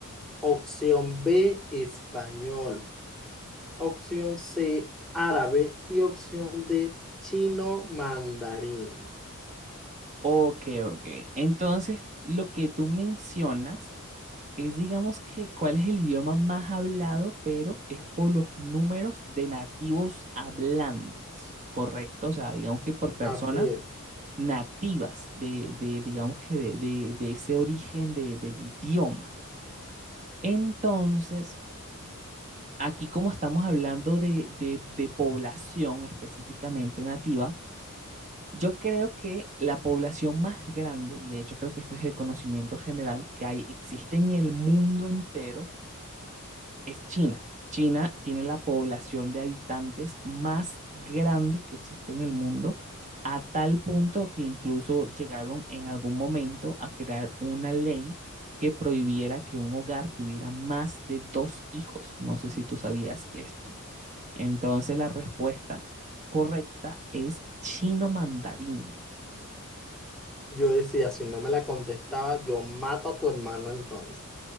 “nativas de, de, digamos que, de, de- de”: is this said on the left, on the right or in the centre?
Right